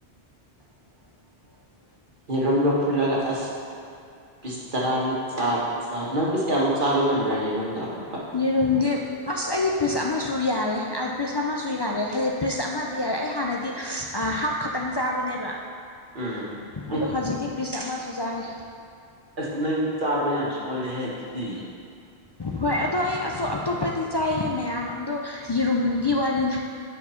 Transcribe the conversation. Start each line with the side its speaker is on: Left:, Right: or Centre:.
Left: <unintelligible>
Right: ꯌꯦꯔꯨꯝꯗ ꯐꯨꯜꯂꯒꯒ ꯑꯁ ꯄꯤꯁ ꯇꯔꯥꯃꯨꯛ ꯅꯪ ꯄꯤꯁ ꯀꯌꯥꯃꯨꯛ ꯆꯥꯕ ꯉꯝꯕ꯭ꯔꯅꯦ ꯃꯅꯨꯡꯗꯨꯝꯗ ꯑꯐꯨ
Left: ꯌꯦꯔꯨꯝꯗꯤ ꯑꯁ ꯑꯩꯗꯤ ꯄꯤꯁ ꯑꯃꯁꯨ ꯌꯥꯔꯦ ꯄꯤꯁ ꯑꯃꯁꯨ ꯌꯥꯔꯦ ꯍꯥꯏꯗꯤ ꯄꯤꯁ ꯑꯃꯗꯤ ꯌꯥꯔꯦ ꯑꯩ ꯍꯥꯟꯅꯗꯤ ꯍꯥꯞ ꯈꯛꯇꯪ ꯆꯥꯕꯅꯦꯕ
Right: ꯎꯝ ꯑꯦ
Left: ꯑꯗ ꯍꯖꯤꯗꯤꯤ ꯄꯤꯤꯁꯥ ꯃꯁꯨꯨꯖꯥꯔꯦ
Right: ꯑꯁ ꯅꯪ ꯆꯥꯕ ꯌꯥꯝ ꯁꯣꯜꯂꯦꯍꯦ ꯑꯗꯨꯛꯇꯗꯤ
Left: ꯍꯣꯏ ꯑꯗꯣ ꯑꯩ ꯑꯁꯛ ꯑꯇꯣꯞꯄꯗꯤ ꯆꯥꯏꯌꯦ ꯃꯌꯥꯝꯅ ꯑꯗꯣ ꯌꯦꯔꯨꯝꯒꯤ ꯋꯥꯔꯤꯅꯤ